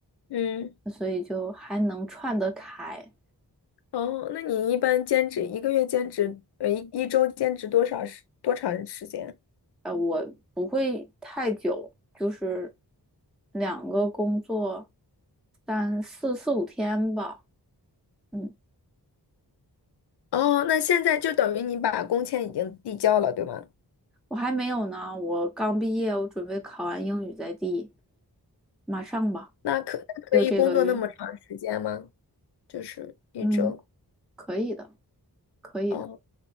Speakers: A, on the left (about 75°); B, in the centre.
A: 嗯，
B: 所以就还能串得开。
A: 哦，那你一般兼职一个月兼职，呃，一一周兼职多少时多长时间？
B: 呃，我不会太久，就是两个工作三四四五天吧。嗯，
A: 哦，那现在就等于你把工签已经递交了，对吗？
B: 我还没有呢，我刚毕业，我准备考完英语在第，马上吧，
A: 那可可以工作那么长时间吗？
B: 就这个月。
A: 就是一周
B: 嗯，可以的，可以的，
A: 哦，